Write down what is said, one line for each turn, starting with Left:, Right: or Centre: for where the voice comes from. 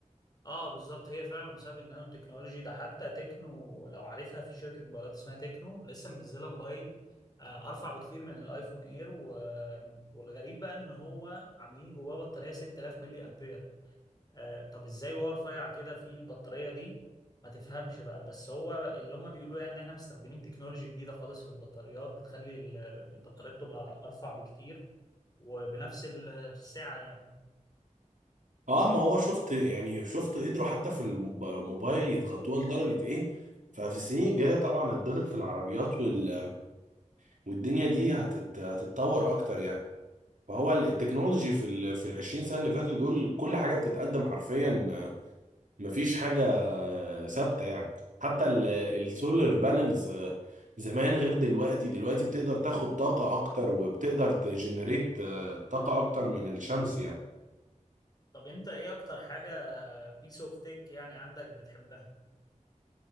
Left: اه بالظبط هي فعلا بسبب النانو تكنولوجي ده حتى تكنو لو عارفها في شركة موبايلات اسمها تكنو لسه منزلة موبايل آه، ارفع بكتير من الايفون اير و... والغريب بقى ان هو عاملين جواه بطارية 6000 ملي امبير آه طب ازاي وهو رفيع كده في البطارية دي ما تفهمش بقى بس هو اللي هم بيقولوا يعني ان احنا مستخدمين تكنولوجي جديدة خالص في البطاريات بتخلي ال- البطاريات تبقى ارفع بكتير وبنفس السعة
Right: اه ما هو شفت يعني شفت قدروا حتى في الموبايل يضغطوها لدرجة ايه ففي السنين الجاية طبعا الضغط في العربيات وال... والدنيا دي هتت... هتتطور اكتر يعني فهو
Left: يعني
Right: التكنولوجي في ال... في ال 20 سنة اللي فاتوا دول كل حاجة بتتقدم حرفيا مفيش حاجة ثابتة يعني حتى ال- السولار بانلز آه، زمان غير دلوقتي دلوقتي بتقدر تاخد طاقة أكتر وبتقدر تجنريت آه، طاقة أكتر من الشمس يعني
Left: طب انت ايه اكتر حاجة بيس اوف تيك يعني عندك بتحبها